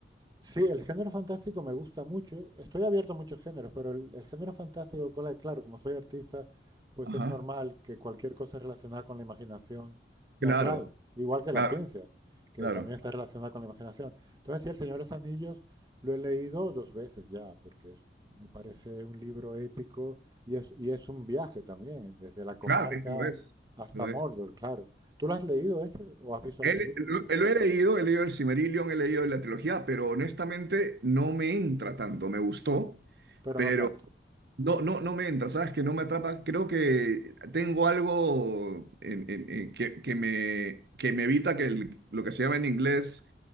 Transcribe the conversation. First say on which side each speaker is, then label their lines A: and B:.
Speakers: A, on the right (about 20°); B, on the right (about 65°).
A: Sí, el género fantástico me gusta mucho. Estoy abierto a muchos géneros, pero el, el género fantástico, cola- claro, como soy artista, pues
B: Ajá,
A: es normal que cualquier cosa relacionada con la imaginación me
B: claro,
A: atrae, igual que
B: claro,
A: la ciencia, que
B: claro.
A: también está relacionada con la imaginación. Entonces, sí, El Señor de los Anillos lo he leído dos veces ya, porque es- me parece un libro épico y es, y es un viaje también, desde la comarca
B: Claro, es que lo es,
A: hasta
B: lo
A: Mordor,
B: es.
A: claro. ¿Tú lo has leído ese o has visto
B: Él,
A: la película?
B: lo, lo he leído, he leído el Silmarillion, he leído la trilogía, pero honestamente no me entra tanto, me gustó,
A: Pero
B: pero
A: no tanto.
B: no, no, no me entra, ¿sabes? Que no me atrapa, creo que tengo algo en- en- en- que, que me, que me evita que el- lo que se llama en inglés